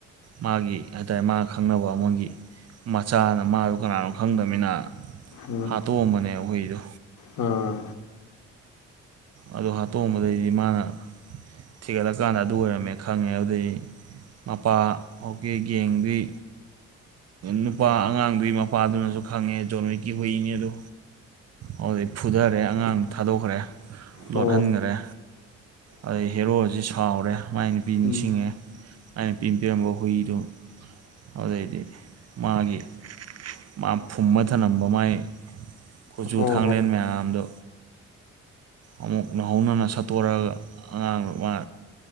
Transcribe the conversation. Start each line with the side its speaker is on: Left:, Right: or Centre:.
Right: ꯃꯥꯒꯤ ꯍꯥꯏꯇꯥꯔꯦ ꯃꯥꯅ ꯈꯪꯅꯕ ꯑꯃꯒꯤ ꯃꯆꯥꯅ ꯃꯥꯗꯨ ꯀꯅꯥꯅꯣ ꯈꯪꯗꯕꯅꯤꯅ
Left: ꯑꯥ ꯑꯥ
Right: ꯍꯥꯠꯇꯣꯛꯑꯝꯕꯅꯦ ꯍꯨꯏꯗꯣ꯫
Left: ꯑꯥ
Right: ꯑꯗꯨꯗ ꯍꯥꯇꯣꯡꯝꯕꯗꯩꯗꯤ ꯃꯥꯅ ꯊꯤꯒꯠꯂꯀꯥꯟꯗ ꯑꯗꯨ ꯑꯣꯏꯔꯝꯃꯦ ꯈꯪꯉꯦ ꯑꯗꯨꯗꯩꯗꯤ ꯃꯄꯥ ꯍꯧꯖꯤꯛꯒꯤ ꯒꯦꯡꯗꯨꯒꯤ ꯅꯨꯄꯥ ꯑꯉꯥꯡꯗꯨꯒꯤ ꯃꯄꯥꯗꯨꯅꯁꯨ ꯈꯪꯉꯦ ꯖꯣꯟꯋꯤꯛꯀꯤ ꯍꯨꯏꯅꯤꯗꯨ ꯑꯗꯨꯗꯩ ꯐꯨꯗꯔꯦ ꯑꯉꯥꯡꯗꯣ ꯊꯥꯗꯣꯛꯈ꯭ꯔꯦ ꯂꯣꯠꯍꯟꯈꯔꯦ꯫
Left: ꯑꯣ ꯑꯣ
Right: ꯑꯗꯩ ꯍꯦꯔꯣꯁꯤ ꯁꯥꯎꯔꯦ ꯃꯥꯏ ꯅꯨꯄꯤ ꯅꯤꯡꯁꯤꯡꯉꯦ
Left: ꯎꯝ
Right: ꯃꯥꯏ ꯅꯨꯄꯤꯅ ꯄꯤꯔꯝꯕ ꯍꯨꯏꯗꯣ ꯑꯗꯨꯗꯩꯗꯤ ꯃꯥꯒꯤ ꯃꯥ ꯐꯨꯝꯕ ꯊꯂꯝꯝꯕ ꯃꯥꯥꯏ ꯀꯨꯆꯨ
Left: ꯑꯣ
Right: ꯊꯥꯡꯂꯦꯟ ꯃꯌꯥꯝꯗꯣ꯫ ꯑꯃꯨꯛ ꯅꯧꯍꯧꯅꯅ ꯁꯠꯇꯣꯔꯛꯑꯒ ꯑꯉꯥꯡꯗꯨ ꯃꯥ